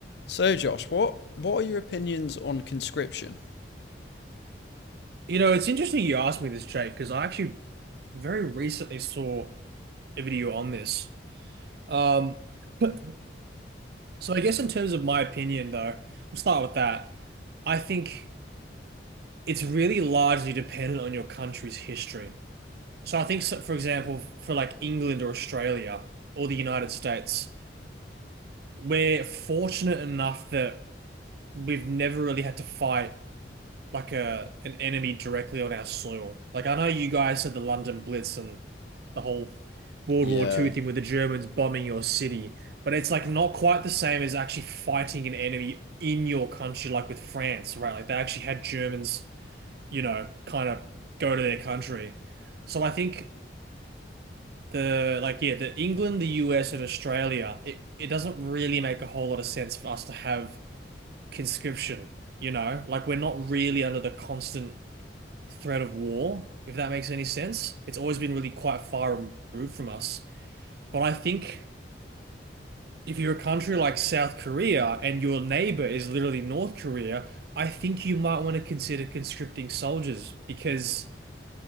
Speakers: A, on the left; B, on the right.
A: So, Josh, what what are your opinions on conscription?
B: You know, it's interesting you asked me this, Jake, because I actually very recently saw a video on this. Um, but so I guess in terms of my opinion, though, we'll start with that. I think it's really largely dependent on your country's history. So I think, so, for example, for like England or Australia or the United States, we're fortunate enough that we've never really had to fight. like a an enemy directly on our soil. Like I know you guys had the London Blitz and the whole World
A: Yeah.
B: War Two thing with the Germans bombing your city, but it's like not quite the same as actually fighting an enemy in your country, like with France, right? Like they actually had Germans, you know, kind of go to their country. So I think the like yeah, the England, the US, and Australia, it, it doesn't really make a whole lot of sense for us to have conscription, you know? Like we're not really under the constant threat of war, if that makes any sense. It's always been really quite far removed from us. But I think if you're a country like South Korea and your neighbor is literally North Korea, I think you might want to consider conscripting soldiers because